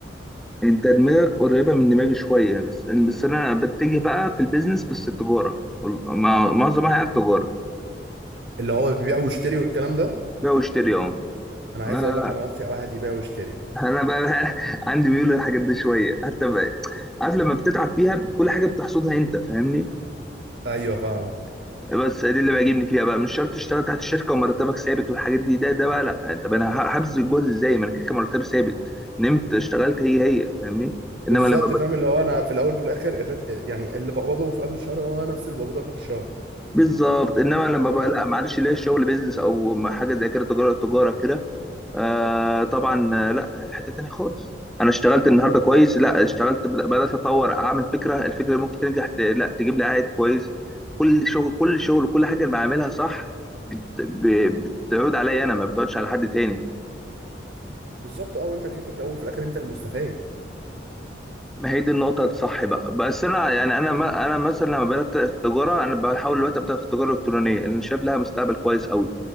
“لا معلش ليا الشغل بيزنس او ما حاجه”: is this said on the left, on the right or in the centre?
Centre